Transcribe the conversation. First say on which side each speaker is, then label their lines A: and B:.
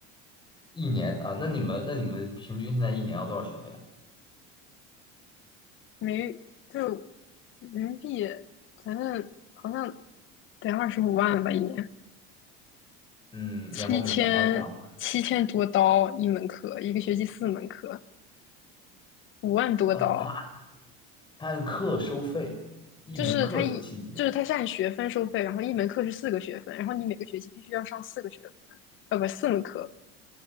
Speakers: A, on the left; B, on the left.
A: 一年啊，那你们那你们平均现在一年要多少学费啊？
B: 没就是人民币，反正好像得二十五万吧一年，
A: 嗯，
B: 七千七千多刀一门课，
A: 然后每年还要涨。
B: 一个学期四门课，五万多刀，
A: 哦，他按课收费，一门课是七千。
B: 就是他一就是他是按学分收费，然后一门课是四个学分，然后你每个学期必须要上四个学分呃，不，四门课。